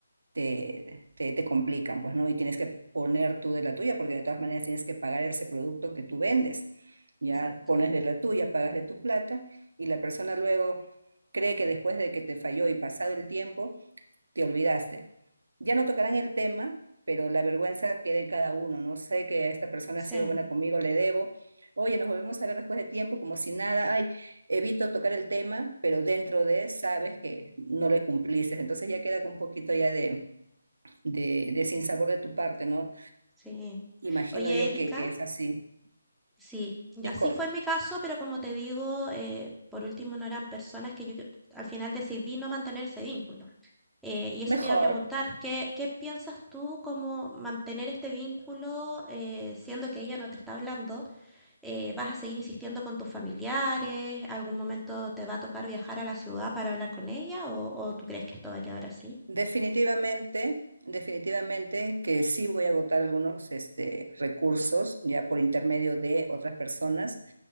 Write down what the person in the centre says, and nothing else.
Exacto.
Sí,
sí.
Oye,
Erika.
Sí, y
así fue en mi caso, pero como te digo, eh, por último no eran personas que yo que- al final decidí no mantener ese vínculo. Eh, y eso
te iba a preguntar, ¿qué, qué piensas tú como mantener este vínculo eh, siendo que ella no te está hablando? Eh, ¿vas a seguir insistiendo con tus familiares? ¿Algún momento te va a tocar viajar a la ciudad para hablar con ella? ¿O, o tú crees que esto va a quedar así?